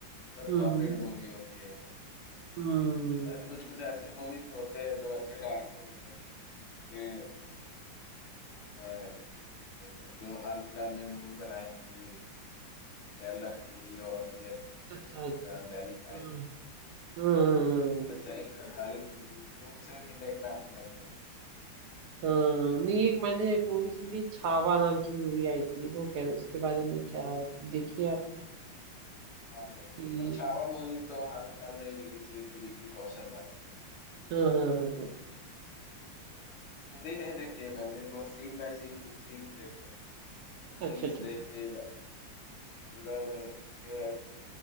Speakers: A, on the left; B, on the right.
A: सब
B: हम्म
A: कॉपीड मूवी होती है
B: हम्म
A: पर कुछ कुछ ऐसे मूवीज होते हैं जो अच्छे डायरेक्टर्स हैं जैसे क्या है किस डायरेक्टर जो हाल फिलहाल में मूवी बनाई थी द केरला स्टोरी और भी ऐसे कुछ करके
B: अच्छा अच्छा
A: द दिल्ली फाइल्स
B: हम्म हम्म हम्म,
A: तो उस सच्चाई पे आधारित मूवीज तो उसे भी देखना अच्छा लगता है
B: हम्म। नहीं एक मैंने एक मूवी सुनी छावा नाम की मूवी आई थी वो क्या उसके बारे में क्या देखिए आप
A: हाँ भाई
B: कि
A: वो छावा मूवी तो हाल फिलहाल में ही रिलीज हुई थी विकी कौशल वाली
B: हाँ हाँ हाँ हाँ
A: तो पूरी नहीं देखी है मैंने बस सीन बाय सीन कुछ सीन्स देखे हैं बस
B: अच्छा
A: सीन्स
B: अच्छा अच्छा
A: देख के ल- पूरा मैं- मुझे ऐस-